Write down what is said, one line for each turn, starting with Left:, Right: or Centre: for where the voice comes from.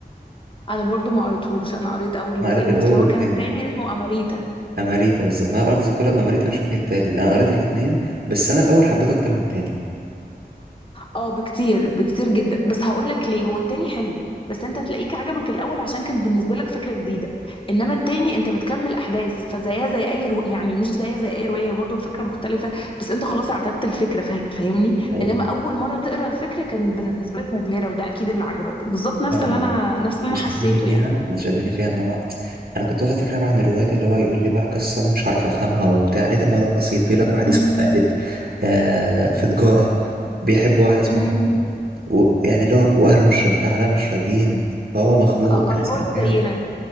Left: انا برضو ما قريتهوش انا قريت اول
Right: انا
Left: جزئين
Right: قريت الاول
Left: بس اللي هو
Right: والتاني
Left: كان التاني اسمه اماريتا
Right: اماريتا بالظبط ما هي ارض كلها واماريتا مش فاكر التالت انا قريت الاتنين بس انا الاول حبيته اكتر من التاني
Left: اه بكتير بكتير جدا بس هقول لك ليه هو التاني حلو بس انت تلاقيك عجبك الاول عشان كانت بالنسبه لك فكره جديده انما التاني انت بتكمل احداث فزيها زي اي رو... يعني مش زيها زي اي روايه برضو الفكره مختلفه بس انت خلاص اعتدت الفكره فا... فاهمني
Right: ايوه
Left: انما اول مره تقرا الفكره كان بالنسبه لك مبهره وده اكيد اللي عجبك بالظبط نفس
Right: فأنا
Left: اللي انا نفس اللي
Right: اللي
Left: انا
Right: شدني
Left: حسيته
Right: فيها
Left: يعني
Right: اللي شدني فيها ان هو انا كنت واخد فكره بقى عن الروايات اللي هو يقول لي بقى قصه انا مش عارف افهمها وبتاع لقيت الموضوع بسيط بيقول لك واحد
Left: امم
Right: اسمه خالد آه في تجاره بيحب واحده اسمها
Left: امم
Right: و... يعني اللي هو واهله مش راضي... اهلها مش راضيين فهو مخنوق
Left: اه
Right: بقى
Left: اللي
Right: سرداب
Left: هو زينا